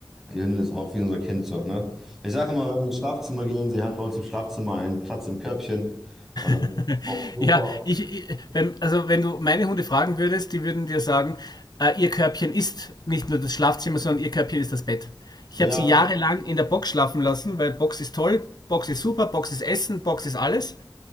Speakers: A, in the centre; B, on the left.
A: die Hündin ist auch wie unser Kind so, ne? Ich sage immer, wenn wir ins Schlafzimmer gehen, sie hat bei uns im Schlafzimmer einen Platz im Körbchen und dann
B: <laughs>
A: auf dem Sofa.
B: ja, ich, ich wenn, also wenn du meine Hunde fragen würdest, die würden dir sagen, äh, ihr Körbchen ist nicht nur das Schlafzimmer, sondern ihr Körbchen ist das Bett. Ich habe
A: Ja,
B: sie jahrelang in der Box schlafen lassen, weil Box ist toll, Box ist super, Box ist Essen, Box ist alles.